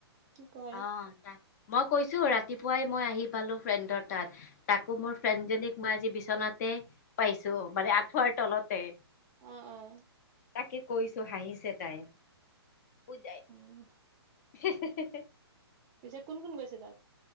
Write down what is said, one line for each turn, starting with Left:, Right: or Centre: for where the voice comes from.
Right: কি কয়?
Left: অ', ত মই কৈছো ৰাতিপুৱাই মই আহি পালোঁ ফ্ৰেণ্ডৰ তাত তাকো মোৰ ফ্ৰেণ্ডজনীক মই আজি বিচনাতে পাইছো মানে আঠুঁৱাৰ তলতে
Right: অ', অ',
Left: তাকে কৈছোঁ হাঁহিছে তাই। পজাই
Right: উম,
Left: <unintelligible>
Right: পিছেছ কোন কোন গৈছে তাত?